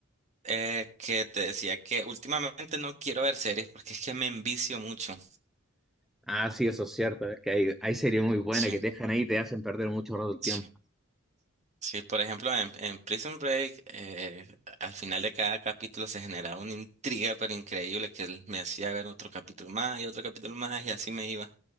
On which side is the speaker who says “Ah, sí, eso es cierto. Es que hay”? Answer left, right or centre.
Centre